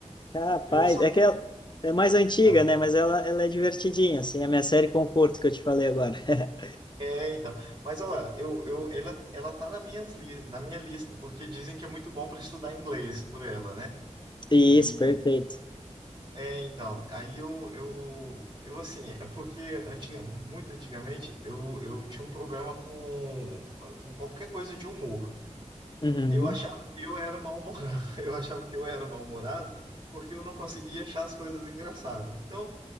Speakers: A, on the left; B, on the right.
A: Capaz,
B: Eu só
A: é
B: vi.
A: que ela é mais antiga,
B: Ah,
A: né? Mas ela, ela é divertidinha, assim, é a minha série Conforto que eu te falei agora. <laughs>
B: é, então. Mas olha, eu, eu, ela, ela tá na minhas li, na minha lista, porque dizem que é muito bom para estudar inglês por ela, né?
A: Isso,
B: E
A: perfeito.
B: é, então, aí eu, eu, eu assim, é porque antiga, muito antigamente eu, eu tinha um problema com, com qualquer coisa de humor.
A: Uhum.
B: Eu achava que eu era mal-humorado. <laughs> Eu achava que eu era mal-humorado porque eu não conseguia achar as coisas engraçadas. Então,